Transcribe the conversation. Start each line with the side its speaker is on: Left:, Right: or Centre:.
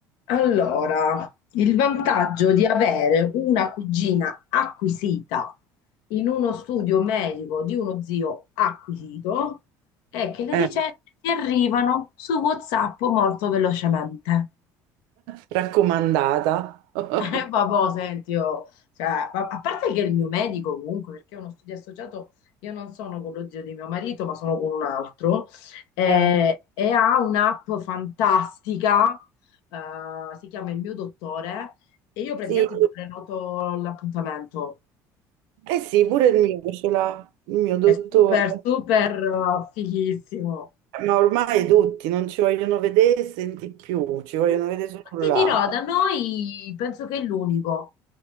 Left: Allora, il vantaggio di avere una cugina acquisita in uno studio medico di uno zio acquisito è che le
Right: Eh,
Left: ricette ti arrivano su WhatsApp molto velocemente.
Right: raccomandata. <laughs>
Left: Eh, vabbò, senti, io, cioè, ma- a parte che il mio medico comunque, perché è uno studio associato, io non sono con lo zio di mio marito, ma sono con un altro, eh,
Right: Eh,
Left: e ha un'app fantastica, eh, si chiama Il mio dottore, e io praticamente
Right: Sì,
Left: mi prenoto l'appuntamento.
Right: eh sì, pure il mio ce l'ha, il mio dottore.
Left: È super, super, eh, fighissimo.
Right: Ma ormai tutti non ci vogliono vedere e senti più, ci vogliono
Left: Mm,
Right: vedere solo
Left: Ti
Right: là.
Left: dirò, da noi penso che è l'unico.